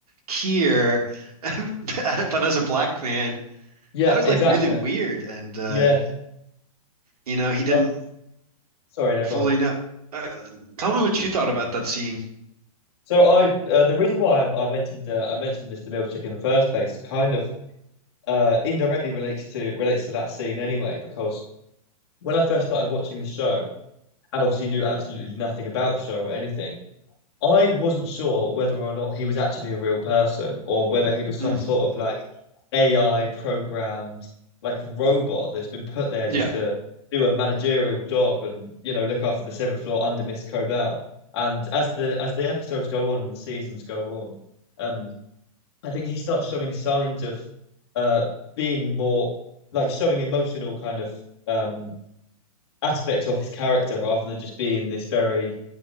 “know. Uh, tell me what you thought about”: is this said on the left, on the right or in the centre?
Right